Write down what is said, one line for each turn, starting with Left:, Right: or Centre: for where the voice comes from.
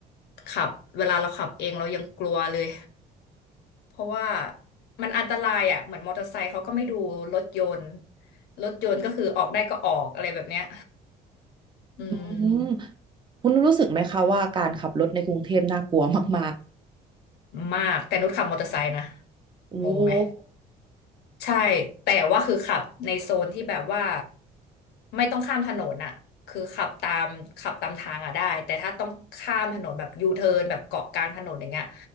Left: ขับเวลาเราขับเองเรายังกลัวเลยเพราะว่ามันอันตรายอ่ะเหมือนมอเตอร์ไซค์เขาก็ไม่ดูรถยนต์รถยนต์ก็คือออกได้ก็ออกอะไรแบบเนี้ยอืม
Right: อืมคุณรู้สึกไหมคะว่าการขับรถในกรุงเทพน่ากลัวมาก
Left: มากแต่นุชขับมอเตอร์ไซค์นะ
Right: ๆโอ้โห
Left: งงไหมใช่แต่ว่าคือขับในโซนที่แบบว่าไม่ต้องข้ามถนนอะคือขับตามขับตามทางอะได้แต่ถ้าต้องข้ามถนนแบบยูเทิร์นแบบเกาะกลางถนนอย่างเงี้ย